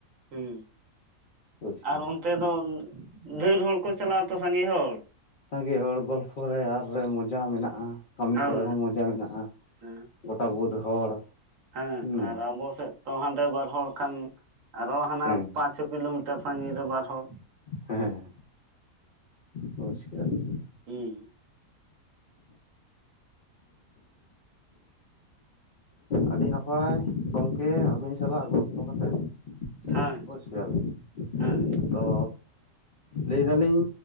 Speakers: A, on the right (about 65°); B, on the left (about 65°).
A: ᱦᱩᱸ
B: ᱵᱩᱡ ᱾
A: ᱟᱨ ᱚᱱᱛᱮ ᱫᱚ <inaudible> ᱫᱷᱮᱨ ᱦᱚᱲ ᱠᱚ ᱪᱟᱞᱟᱜ ᱟᱛᱚ ᱥᱟᱸᱜᱮ ᱦᱚᱲ ᱾
B: ᱥᱟᱸᱜᱮ ᱦᱚᱲ ᱜᱚᱞᱯᱷᱚ ᱨᱮ ᱟᱨ ᱨᱮ ᱢᱚᱡᱟ ᱢᱮᱱᱟᱜᱼᱟ ᱠᱟᱹᱢᱤ
A: ᱦᱳᱭ
B: ᱠᱚᱨᱮ ᱦᱚᱸ ᱢᱚᱡᱟ ᱢᱮᱱᱟᱜᱼᱟ᱾
A: ᱦᱮᱸ
B: ᱜᱚᱴᱟ ᱵᱟᱹᱫᱽ ᱦᱚᱲ᱾
A: <unintelligible>
B: ᱦᱩᱸ
A: ᱟᱨ ᱟᱵᱚ ᱥᱮᱫ ᱛᱚ ᱦᱟᱸᱰᱮ ᱵᱟᱨ ᱦᱚᱲ ᱠᱷᱟᱱ ᱟᱨᱚ ᱦᱟᱱᱟ
B: ᱦᱮᱸ
A: ᱯᱟᱸᱪ ᱪᱷᱩᱯᱤ <unintelligible> ᱢᱤᱴᱟᱨ ᱥᱟᱺᱜᱤᱧ ᱨᱮ ᱵᱟᱨ ᱦᱚᱲ᱾
B: ᱦᱮᱸ ᱵᱩᱡ ᱠᱮᱫᱟ ᱵᱤᱱ?
A: ᱦᱩᱸ᱾
B: ᱟᱹᱰᱤ ᱱᱟᱯᱟᱭ ᱜᱚᱝᱠᱮ ᱟᱹᱵᱤᱱ ᱥᱟᱞᱟᱜ ᱜᱚᱞᱯᱷᱚ ᱠᱟᱛᱮᱫ᱾ <inaudible>
A: ᱦᱮᱸ
B: ᱵᱩᱡ ᱠᱮᱫᱟᱵᱤᱱ
A: ᱦᱮᱸ
B: ᱛᱚ ᱞᱟᱹᱭ ᱫᱟᱞᱤᱧ